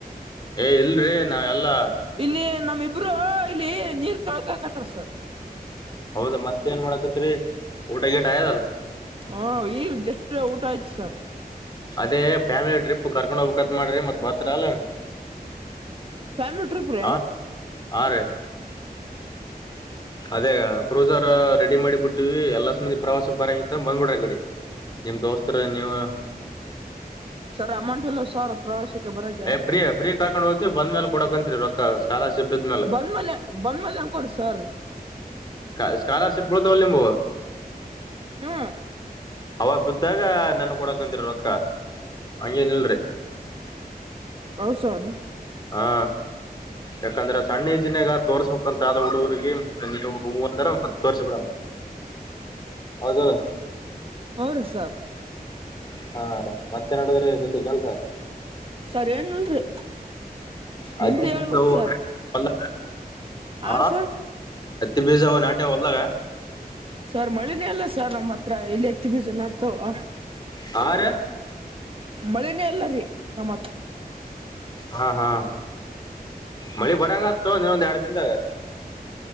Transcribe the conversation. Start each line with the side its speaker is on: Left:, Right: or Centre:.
Left: ಏ ಇಲ್ರಿ ನಾವ ಎಲ್ಲಾ.
Right: ಇಲ್ಲಿ ನಮ್ಮ ಇಬ್ರು ಇಲ್ಲಿ ನೀರ್ ತೊಳ್ಕಕತ್ತಾರ ಸರ್.
Left: ಹೌದ ಮತ್ತ ಏನ್ ಮಾಡಕತ್ತಿರಿ ಊಟ ಗಿಟಾ ಆಗದಲ್ಲ.
Right: ಹು ಈಗ ಜಸ್ಟ್ ಊಟ ಆಯ್ತ ಸರ್.
Left: ಅದೇ ಫ್ಯಾಮಲಿ ಟ್ರಿಪ್ ಕರ್ಕೊಂಡ್ ಹೋಗಬೇಕಂತ್ ಮಾಡ್ರಿ ಮತ್ತ ಬರ್ತಿರಿಲ್ಲ.
Right: ಫ್ಯಾಮಿಲಿ ಟ್ರಿಪ್ರ್ಯಾ
Left: ಹಾ ಹಾ ರೀ ಅದೇ ಅ ಕ್ರೂಸರ. ರೆಡಿ ಮಾಡಿ ಬಿಟ್ಟುವಿ ಎಲ್ಲಾ ಸಬಧಿ ಪ್ರವಾಸಕ್ ಬರಂಗತ್ತ ಬಂದ್ಬಿಡ್ರ ಅಕಡಿ ನಿಮ್ಮ ದೋಸ್ತರ ನೀವು.
Right: ಸರ ಅಮೌಂಟಿಲ್ಲಾ ಸರ್. ಪ್ರವಾಸಕ್ಕೆ ಬರಾಕೆ.
Left: ಏ ಪ್ರೀ ಪ್ರೀ ಕರಕೊಂಡ್ ಹೊಯತೀವಿ ಬಂದ ಮೇಲೆ ಕೊಡಕಂತ್ರಿ ರೊಕ್ಕಾ ಕಾಲರಿಶಿಫ್ ಬದ್ಮೇಲೆ.
Right: ಬಂದಮೇಲೆ ಬಂದಮೇಲೆ ಅ ಕೊಡಿ ಸರ್.
Left: ಕಾ ಸ್ಕಾಲರ್ಶಿಪ್ ಬೀಳ್ತಾವಿಲ್ಲ ನಿಮುವು.
Right: ಹ್ಮ್
Left: ಅವಾಗ ಬಿದ್ದಾಗ ನನಗ ಕೊಡಕ್ ಅಂತಿರಿ ರೊಕ್ಕ ಹಂಗೇನ್ ಇಲ್ರಿ.
Right: ಹೌ ಸರ.
Left: ಹಾ ಯಾಕಂದ್ರ. ಸಣ್ಣೆಜಿನ್ನೆಗ ತೋರ್ಸ್ಬೇಕಂತ ಆದ ಹುಡುಗುರಿಗಿ ನೀವು ಹೂ ಅಂದ್ರ ಮತ್ ತೋರ್ಸ ಬಿಡಲ್. ಹೌದಲ್ಲ.
Right: ಹುರಿ ಸರ್
Left: ಹಾ ರೀ ಮತ್ತೆ ನಡದದ್ರಿ ಶುದ್ಧ ಕೆಲ್ಸ
Right: ಸರ ಏನ್ ಇಲ್ಲಡ್ರಿ.
Left: ಹತ್ತಿ
Right: ನಿಮ್ಮದೆ ಹೇಳ್ಬೇಕ
Left: ಬೀಜ
Right: ಸರ್
Left: ಹೊಲ ಹ
Right: ಹಾ ಸರ್.
Left: ಹತ್ತಿ ಬೀಜವು ನಾಟೆ ಹೊಲ್ದಾಗ
Right: ಸರ್ ಮಳೆನೇ ಇಲ್ಲ ಸರ್ ನಮ್ಮ್ ಹತ್ರ ಎಲ್ಲಿ ಹೆತ್ತಿ ಬೀಜ ನಡ್ತಾವ
Left: ಹಾ ರಿ
Right: ಮಳಿನೇ ಇಲ್ಲ ರೀ ನಮ್ಮತ್ರ
Left: ಹಾ ಹಾ ಮಳಿ ಬರಂಗತ್ತು ತಗೋ ಇನ್ನೊಂದ್ ಎರಡ್ ದಿಂದಾಗ